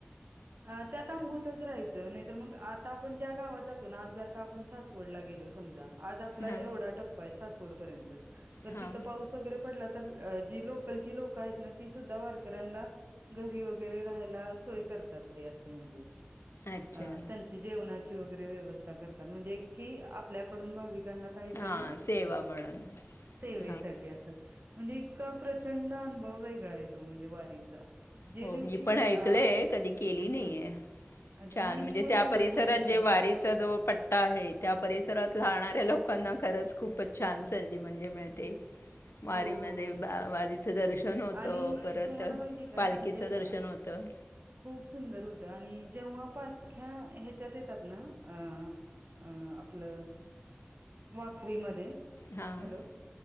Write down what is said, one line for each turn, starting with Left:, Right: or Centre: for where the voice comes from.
Right: अ त्यात तंबूतच राहायचं नाहीतर मग आता आपण ज्या गावात जातो आज जर का आपण सासवडला गेलो. समजा आज आपला
Left: हां
Right: एवढा टप्पा सासवड पर्यंत
Left: हां
Right: तिथ पाऊस वगैरे पडला. तर जी लोकलची लोकं आहेत ना ती सुद्धा वारकऱ्यांना घरी वगैरे राहायला सोय करतात. अस म्हणजे
Left: अच्छा
Right: अ त्यांची. <unintelligible> व्यवस्था करता म्हणजे आपल्याडून भाविकांची. <unintelligible> काहीतरी
Left: हां सेवा म्हणून
Right: सेवेसाठी
Left: हां
Right: अस. म्हणजे इतका प्रचंड अनुभव वेगळा आहे तो म्हणजे वारीचा. जे
Left: हो
Right: दिवशी
Left: मी पण ऐकलय
Right: अ
Left: कधी केली नाहीय.
Right: हं अच्छा
Left: छान
Right: मी
Left: म्हणजे
Right: मूळ
Left: त्या
Right: पंढरपूरचीच
Left: परिसरात जे
Right: आहे.
Left: वारीचा जो पट्टा आहे त्या परिसरात राहणाऱ्या. <unintelligible> लोकांना खरंच खूपच छान संधी म्हणजे मिळते. वारीमध्ये
Right: हो हो हो
Left: बा वारीचं दर्शन होतं
Right: आणि
Left: परत
Right: तुम्हाला
Left: अ
Right: माहिती का
Left: पालखीचं
Right: म्हणजे
Left: दर्शन
Right: अ,
Left: होतं.
Right: खूप सुंदर होतं आणि जेव्हा पालख्या ह्याच्यात येतात ना अ अ आपलं वाखरीमध्ये..
Left: हां
Right: हॅलो